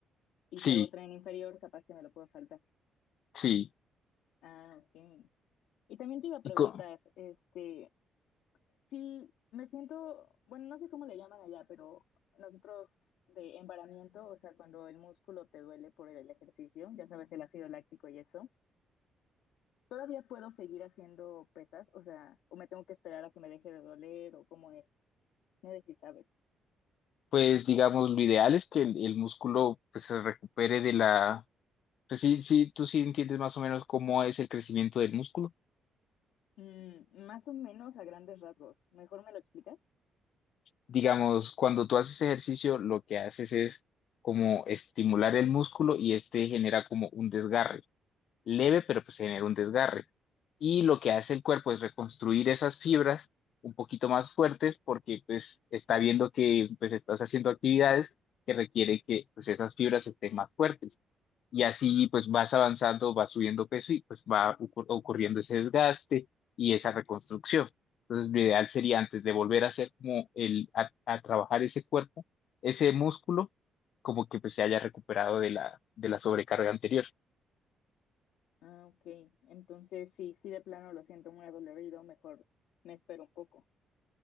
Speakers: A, on the left; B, on the left.
A: Y si
B: Sí,
A: hago tren inferior, capaz que me lo puedo saltar.
B: sí.
A: Ah, ok. Y también te iba a preguntar,
B: Y co-
A: este, si me siento, bueno, no sé cómo le llaman allá, pero nosotros de embaramiento, o sea, cuando el músculo te duele por el ejercicio, ya sabes, el ácido láctico y eso. ¿Todavía puedo seguir haciendo pesas? O sea, ¿o me tengo que esperar a que me deje de doler o cómo es? No sé si sabes.
B: pues digamos, lo ideal es que el, el músculo pues se recupere de la... Pues sí, sí, tú sí entiendes más o menos cómo es el crecimiento del músculo.
A: Mm, más o menos a grandes rasgos. ¿Mejor me lo explicas?
B: digamos, cuando tú haces ejercicio, lo que haces es como estimular el músculo y este genera como un desgarre, leve, pero pues genera un desgarre. Y
A: Ujú.
B: lo que hace el cuerpo es reconstruir esas fibras un poquito más fuertes porque pues está viendo que pues estás haciendo actividades que requieren que pues esas fibras estén más fuertes y así pues vas avanzando, vas subiendo peso y pues va ocur- ocurriendo ese desgaste y esa reconstrucción. Entonces, lo ideal sería antes de volver a hacer como el, a, a trabajar ese cuerpo, ese músculo, como que pues se haya recuperado de la, de la sobrecarga anterior.
A: Ah, ok. Entonces, sí, sí, de plano lo siento muy adolorido, mejor me espero un poco.